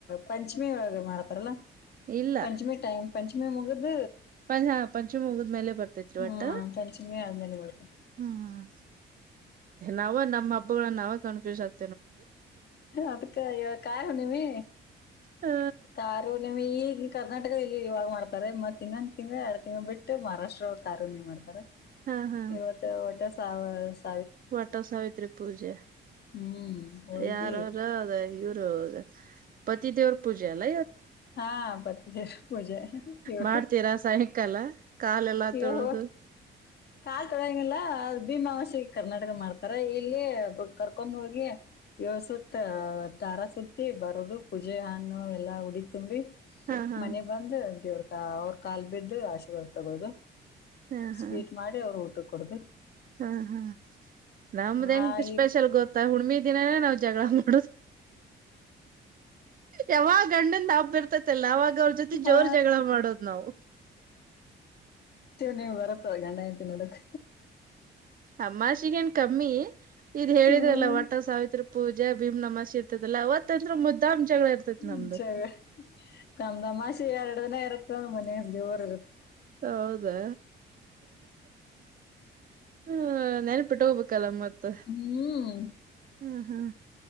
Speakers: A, on the left; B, on the right.
A: ಪಂಚಮಿ ಒಳಗೆ ಮಾಡ್ತಾರಲ್ಲ
B: ಇಲ್ಲ
A: ಪಂಚಮಿ ಟೈಮ್ ಪಂಚಮಿ ಮುಗ್ದ
B: ಪಂ ಹಾ ಪಂಚಮಿ ಮುಗಿದ್ಮೇಲೆ ಬರ್ತೈತ್ರಿ
A: ಹ್ಮ
B: ಒಟ್ಟ
A: ಪಂಚಮಿ ಅದನ್ನಲೆ ಕೊಡತು
B: ಹ್ಮ್ ನಾವ ನಮ್ಮ ಹಬ್ಬಗಳನ್ನ ನಾವೇ ಕನ್ಫ್ಯೂಸ್ ಆಗ್ತ
A: ಅದಕ ಕಾಯ ಹ ನೀಮೀ
B: ಹ
A: ಕಾರಾರ ಉಣಮ ಇಲ್ಲಿ ಕರ್ನಾಟಕ ಇಲ್ಲಿ ಇವಾಗ ಮಾಡ್ತಾರೆ ಮತ್ತ ಇನ್ನೊಂದ್ ತಿಂಗ ಎರಡ್ ತಿಂಗ್ ಬಿಟ್ಟು ಮಹಾರಾಷ್ಟ್ರ ಕಾರುನ ಮಾಡ್ತಾರೆ
B: ಹಾ ಹಾ
A: ಇವತ್ತು ಒಡ್ಡೆ ಸ
B: ವಟ ಸಾವಿತ್ರಿ ಪೂಜೆ
A: ಹ್ಮ್ ಹೋಗಿ
B: ಯಾರಾರದ ಇವ ೌ ಪತಿಿದೇವರ ಪೂಜೆ ಅಲ್ಲ
A: ಹಾ ಪತಿಜವ ಪೂಜೆ ಇವ
B: ಮಾಡ್ತೀರಾ ಸಾಯಂಕಾಲ ಕಾಲೆಲ್ಲಾ
A: ಯ
B: ತೊಳದು
A: ಹ ಕಲ್ ತಳ ಭೀಮಾವಷೆಗೆ ಕರ್ನಾಟಕ ಮಾಡ್ತಾರೆ ಇಲ್ಲಿ ಕರ್ಕೊಂಡ್ ಹೋಗಿ ಯಸ ತರ ಸುತ್ತಿ ಬರುದು ಪೂಜೆ ಹಣ್ಣು ಎಲ್ಲ ಉಡಿ ತುಂಬಿ
B: ಹಾ ಹಾ
A: ಮನೆ ಬಂದ ಅಟವ್ರ ಕ ಅವ್ರ ಕಾಲ್ ಬಿದ್ದ ಆಶೀರ್ವಾದ ತಗೋದು
B: ಹಾ ಹಾ
A: ಸ್ವೀಟ್ ಮಾಡಿ ಅವರು ಊಟ ಕೊಡ್ದ
B: ಹಾ ಹಾ ನಮ್ದ್ ಹೆಕ್
A: ಆ
B: ಸ್ಪೆಷಲ್
A: ಈ
B: ಗೊತ್ತ ಹುಣಮಿ ದಿನಾನೇ ನಾವ್ ಜಗಳ ಮಾಡ ಯಾವಾಗ ಗಂಡಂದ ಹಾಬ್ಬಿರ್ತತಿ ಮತ್ತಲ್ಲ ಅವಾಗ ಅವ್ರ ಜೊತೆ ಜೋರ್
A: ಆ
B: ಜಗಳ ಮಾಡೋದ್ ನಾವವು
A: ನೀ್ ಬರುತ್ತಾವ ಗಂಡಾಯ ತಿನ್ನೋದಕ್
B: ಅಮ್ಮಷಿಗ ಏನ್ ಕಮ್ಮಿ ಇದ್ ಹೇಳಿದ್ರಲ್ಲ
A: ಹ್ಮ್
B: ವಟ್ಟ ಸಾವಿತ್ ಪೂಜೆ ಭೀಮ್ ನಮ್ಮಸಿ ಇದಲ್ಲ ಅವವತ್ತಂದ್ರ ಮುದ್ದಾಮ್ ಜಗಳ ಇರ್ತೈತ್
A: ಮುಂಚೆಾಗ
B: ನಮ್ದು
A: ಕಮ್ಮಂದಮಾಷೆ ಎರಡು ದಿನ ಇರುತ್ತೋಂದ ಮನ ಜೋರ್ ಇರುತ್ತೆ
B: ಹೌದಾ ಹ್ಮ ನೆನಪಿಟ್ಟು ಹೋಗ್ಬೇಕಲ್ಲ ಮತ್ತ
A: ಹ್ಮ್
B: ಹ್ಮ್ ಹ್ಮ್